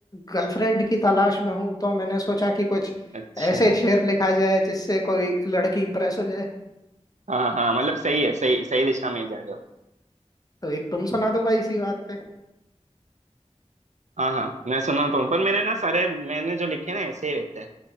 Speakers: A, on the left (about 30°); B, on the right (about 85°).
A: गर्लफ्रेंड की तलाश में हूँ तो मैंने सोचा कि कुछ
B: अच्छा
A: ऐसे शेर लिखा जाए जिससे कोई लड़की इंप्रेस हो जाए
B: हाँ हाँ मतलब सही है सही सही दिशा में ही जा रहे हो
A: तो एक तुम सुना दो भाई इसी बात
B: हाँ हाँ मैं सुनाता हूँ पर मैंने ना सारे मैंने जो लिखे ना ऐसे ही रहते हैं